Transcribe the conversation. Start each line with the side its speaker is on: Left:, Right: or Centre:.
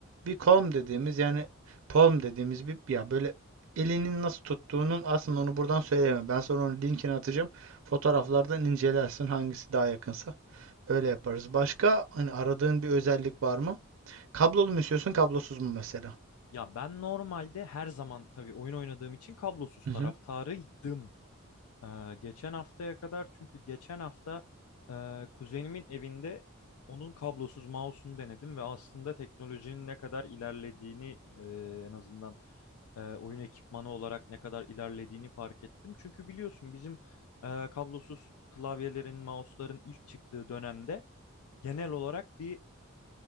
Right: Bir palm dediğimiz yani palm dediğimiz bir ya böyle elinin nasıl tuttuğunun aslında onu buradan söyleyemem. Ben sonra onun linkini atacağım. Fotoğraflardan incelersin hangisi daha yakınsa. Öyle yaparız. Başka hani aradığın bir özellik var mı? Kablolu mu istiyorsun, kablosuz mu mesela?
Left: Ya ben normalde her zaman tabii oyun oynadığım için kablosuz
Right: Hı
Left: taraftarıydım.
Right: hı.
Left: Ee, geçen haftaya kadar çünkü geçen hafta e, kuzenimin evinde onun kablosuz mouse'unu denedim ve aslında teknolojinin ne kadar ilerlediğini e, en azından e, oyun ekipmanı olarak ne kadar ilerlediğini fark ettim. Çünkü biliyorsun bizim e, kablosuz klavyelerin, mouse'ların ilk çıktığı dönemde genel olarak bir